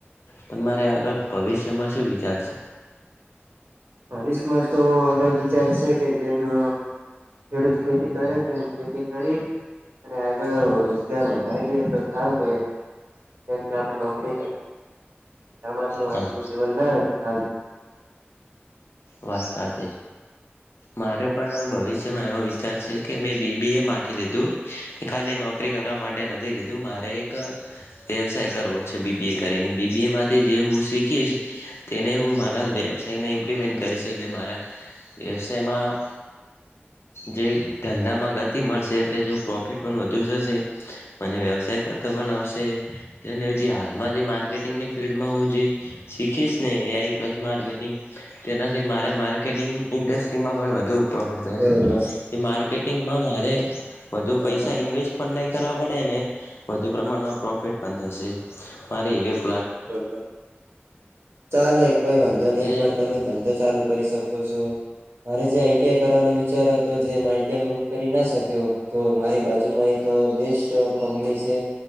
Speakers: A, on the left; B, on the right.
A: તમારે આગળ ભવિષ્યમાં શું વિચારશે.
B: ભાવષમાં તો આગળ વિચાર છે કે જેમ. ખેડૂત ખેતી કરે છે ખેતી કરી અને આગળ રોજગાર વધારીએ તો સારું હોય એમ જેમ કે આપણે નોકરી છે. ટમાં તો
A: હા
B: આખું જીવન ના ચાલ.
A: વાત સાચ મારે પણ ભવિષ્યમાં એવો વિચાર છે કે મેં બીબી એ માટે લીધું. ખાલી નોકરી કરવા માટે નથી લીધું મારે એક. વ્યવસાય કરવો છે બીબી એ કરીને બીબી એમાંથી જે હું શીખીશ તેને હું મારા વ્યવસાયમાં ઇમ્પ્લિમેન્ટ. કરી છે એટલે મારા વ્યવસાયમાં જે ધંધામાં ગતિ મળશે એટલે જે પ્રોફિટ પણ વધુ થશે. મને વ્યવસાય કરતો પણ આવશે. તે. અને જે હાલમાં જે માર્કેટિંગની ફિલ્ડમાં હું જે શીખીશ. ને આઈ પ્લસ માર્કેટિંગ. તેનાથી મારે માર્કેટિંગ ઇન્ડસ્ટ્રીમાં પણ વધુ પ્રોફિટ થાય
B: બરોબર
A: છે એ માર્કેટ ચેટીગ મારે બધુ
B: હા
A: પૈસા
B: હા
A: ઇન્વેસ્ટ પણ નહીં કરવા પડે ને વધુ પ્રમાણમાં પ્રોફિટ પણ થશે મારેએવીએફ
B: બબર ચાલે કોઈ વાંધો
A: એટલે
B: નહી પણ તમે ધઘો તો ચાલુ કરી શ ત કો છો મારે જે આઈટીઆઈ કરવાનો વિચાર હતો તો જે મા કરી ના શક્યો તો મારી બાજુમાં એક બેસ્ટ કંપની છે